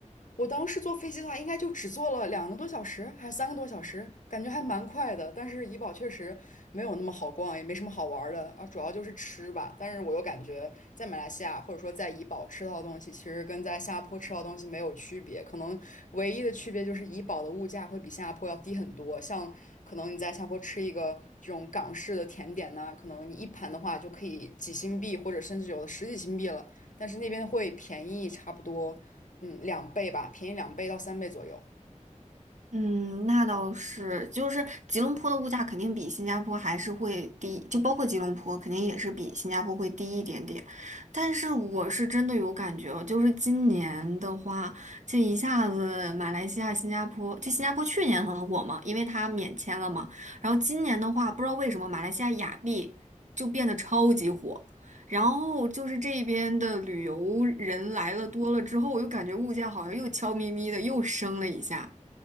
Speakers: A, on the left (about 75°); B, on the right (about 65°).
A: 我当时坐飞机的话，应该就只坐了两个多小时，还是三个多小时，感觉还蛮快的。但是怡保确实没有那么好逛，也没什么好玩儿的啊，主要就是吃吧。但是我又感觉在马来西亚或者说在怡保吃到的东西，其实跟在新加坡吃到的东西没有区别，可能唯一的区别就是怡保的物价会比新加坡要低很多。像可能你在新加坡吃一个这种港式的甜点呐、可能你一盘的话就可以几新币，或者甚至有的十几新币了。但是那边会便宜差不多。嗯，两倍吧，便宜两倍到三倍左右。
B: 嗯，那倒是，就是吉隆坡的物价肯定比新加坡还是会低，就包括吉隆坡肯定也是比新加坡会低一点点。但是我是真的有感觉哦，就是今年的话，这一下子马来西亚、新加坡，就新加坡去年很火嘛，因为它免签了嘛。然后今年的话，不知道为什么马来西亚亚庇就变得超级火。然后就是这边的旅游人来了多了之后，我就感觉物价好像又悄咪咪的又升了一下。